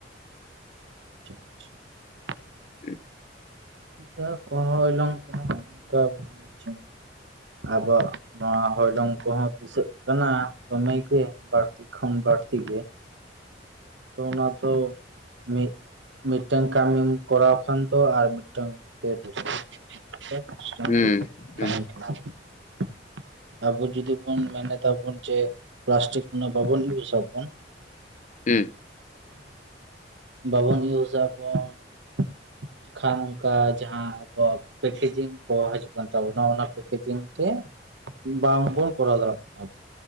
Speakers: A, on the right; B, on the left.
A: <unintelligible>
B: <unintelligible>
A: <unintelligible> ᱟᱵᱚᱣᱟᱜ ᱱᱚᱣᱟ ᱦᱚᱭᱞᱚᱝ ᱠᱚᱦᱚᱸ ᱫᱤᱥᱟᱹᱜ ᱠᱟᱱᱟ ᱫᱚᱢᱮ ᱜᱮ ᱵᱟᱹᱲᱛᱤ ᱠᱷᱚᱱ ᱵᱟᱹᱲᱛᱤ ᱜᱮ᱾
B: <unintelligible>
A: ᱚᱱᱟ ᱛᱚ ᱢᱤᱫ ᱢᱤᱫᱴᱟᱝ ᱠᱟᱹᱦᱤᱢ ᱠᱚᱨᱟᱣ ᱠᱷᱟᱱ ᱛᱚ ᱟᱨ ᱢᱤᱫ <unintelligible>
B: ᱦᱩᱸ ᱦᱩᱸ
A: ᱟᱵᱚ ᱡᱩᱫᱤ ᱵᱚᱱ ᱢᱮᱱᱮᱫᱟ ᱵᱚᱱ ᱡᱮ ᱯᱞᱟᱥᱴᱤᱠ ᱩᱱᱟᱹᱜ ᱵᱟᱵᱚᱱ ᱭᱩᱡᱟᱵᱚᱱ᱾
B: ᱦᱩᱸ
A: ᱵᱟᱵᱚᱱ ᱤᱭᱩᱡᱟᱵᱚᱱ ᱮᱱᱠᱷᱟᱱ ᱚᱱᱠᱟ ᱡᱟᱦᱟᱸ ᱯᱮᱠᱮᱡᱤᱝ ᱠᱚ ᱦᱤᱡᱩᱜ ᱠᱟᱱ ᱛᱟᱵᱚᱱᱟ ᱚᱱᱟ ᱯᱮᱠᱮᱡᱤᱝ ᱛᱮ ᱵᱟᱝᱵᱚᱱ ᱠᱚᱨᱟᱣ ᱫᱟᱲᱮᱭᱟᱜ ᱟᱵᱚ